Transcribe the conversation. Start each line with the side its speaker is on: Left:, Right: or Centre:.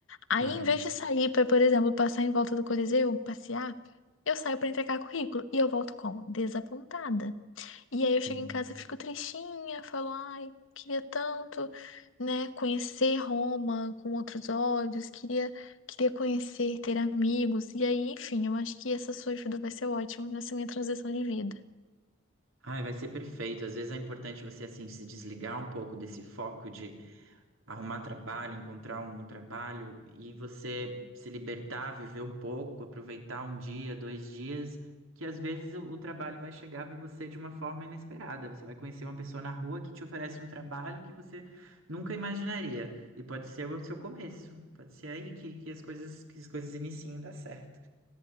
Left: Aí,
Right: Claro,
Left: em vez de sair pra, por exemplo, passar em volta do Coliseu, passear, eu saio pra entregar currículo e eu volto como? Desapontada. E
Right: sim.
Left: aí eu chego em casa, fico tristinha, falo, ai, queria tanto, né, conhecer Roma com outros olhos, queria, queria conhecer, ter amigos. E aí, enfim, eu acho que essa sua ajuda vai ser ótima nessa minha transição de vida.
Right: Ai, vai ser perfeito. Às vezes é importante você assim se desligar um pouco desse foco de arrumar trabalho, encontrar um um trabalho e você se libertar, viver um pouco, aproveitar um dia, dois dias, que às vezes o, o trabalho vai chegar para você de uma forma inesperada. Você vai conhecer uma pessoa na rua que te oferece um trabalho que você nunca imaginaria. E pode ser o seu começo, pode ser aí que, que as coisas, que as coisas iniciem a dar certo.